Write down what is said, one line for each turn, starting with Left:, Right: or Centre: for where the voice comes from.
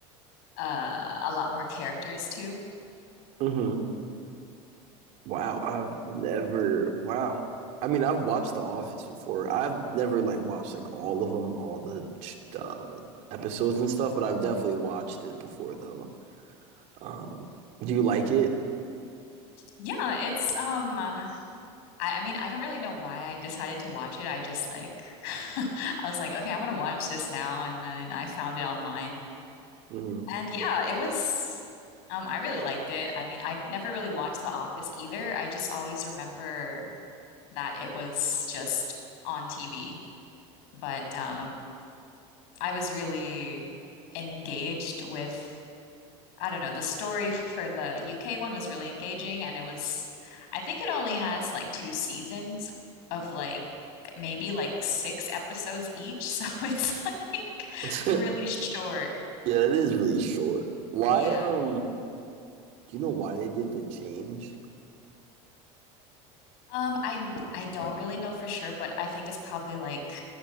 Left: uh a lot more characters too.
Right: Mhm. Wow, I've never. Wow. I mean, I've watched The Office before. I've never like watched like all of them, all the uh, episodes and stuff, but I've definitely watched it before though. Um, do you like it?
Left: Yeah, it's um uh, I, I mean I don't really know why I decided to watch it. I just like <laughs> I was like, okay, I want to watch this now, and then I found it online.
Right: hmm
Left: And yeah, it was, um, I really liked it. I mean, I never really watched The Office either. I just always remember that it was just on TV. But um, I was really engaged with, I don't know, the story for the UK one was really engaging. And it was, I think it only has like two seasons of like maybe like six episodes each. <laughs> So it's like
Right: <laughs>
Left: really short.
Right: Yeah, it is really short. Why,
Left: Yeah.
Right: um, do you know why they did the change?
Left: Um, I I don't really know for sure, but I think it's probably like